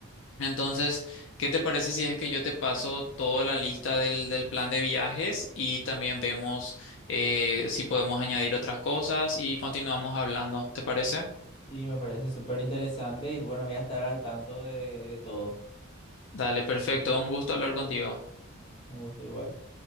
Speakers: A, on the left; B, on the left.
A: Entonces, ¿qué te parece si es que yo te paso toda la lista del, del plan de viajes y también vemos eh, si podemos añadir otras cosas y continuamos hablando? ¿Te parece?
B: Sí, me parece súper interesante y bueno, voy a estar al tanto de, de todo.
A: Dale, perfecto. Un gusto hablar contigo.
B: Un gusto igual.